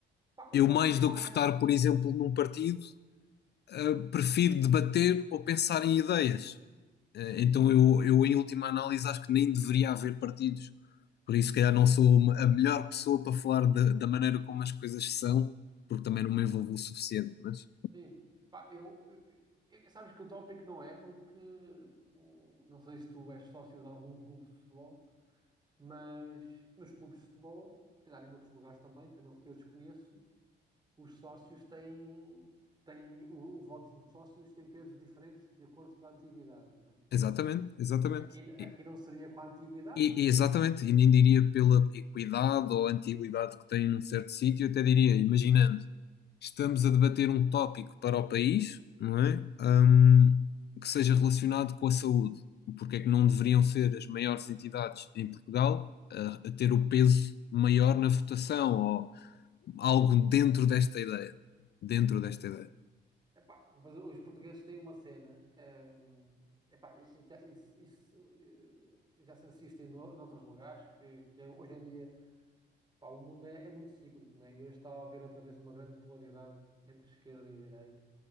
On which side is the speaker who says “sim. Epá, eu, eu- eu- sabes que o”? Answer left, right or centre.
Right